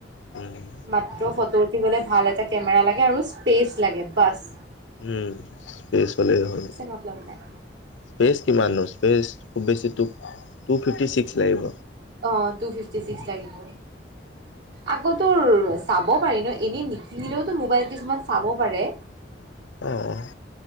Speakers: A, on the left; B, on the right.
A: উম।
B: মাত্ৰ ফটো উঠিবলে ভাল এটা কেমেৰা লাগে আৰু স্পেচ লাগে বাচ।
A: উম স্পেচ হ'লেই হ'ল।
B: মতলব নাই
A: স্পেচ কিমাননো স্পেচ খুব বেছি টু টু ফিফটি ছিক্স লাগিব।
B: অ', টু ফিফটি চিক্স লাগিব। আকৌ তোৰ চাব পাৰি ন' এনেই নিকিনিলেওতো মোবাইল কিছুমান চাব পাৰে।
A: অ <unintelligible>